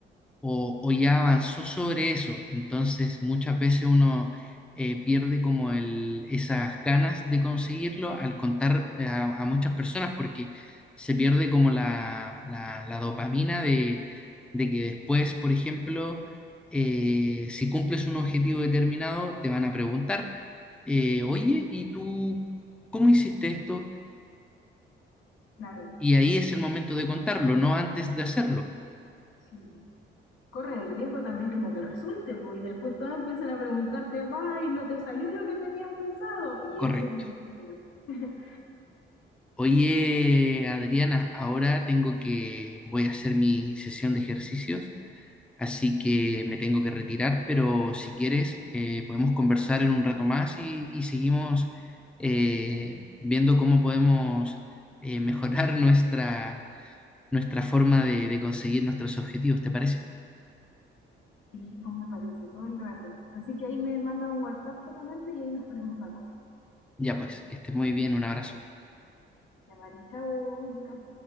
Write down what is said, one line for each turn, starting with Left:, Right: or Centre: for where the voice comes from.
Centre: o, o ya avanzó sobre eso. Entonces muchas veces uno eh, pierde como el, esas ganas de conseguirlo al contar eh, a, a muchas personas porque se pierde como la, la, la dopamina de, de que después, por ejemplo, eh, si cumples un objetivo determinado, te van a preguntar, eh, oye, ¿y tú cómo hiciste esto?
Left: Claro,
Centre: Y ahí es el momento de contarlo, no antes de hacerlo.
Left: sí. corres el riesgo también que no te resulte, pues, y después todos empiezan a preguntarte, ay, no te salió lo que tenías pensado, y
Centre: Correcto.
Left: eso sí que... <laughs>
Centre: Oye, Adriana, ahora tengo que, voy a hacer mi sesión de ejercicios, así que me tengo que retirar, pero si quieres, eh, podemos conversar en un rato más y, y seguimos eh, viendo cómo podemos eh, mejorar <laughs> nuestra, nuestra forma de, de conseguir nuestros objetivos, ¿te parece?
Left: Sí, pues me parece, todo el rato. Así que ahí me mandas un WhatsApp solamente y ahí nos ponemos de acuerdo.
Centre: Ya pues, que estés muy bien, un abrazo.
Left: Ya vale, chao, Lucas.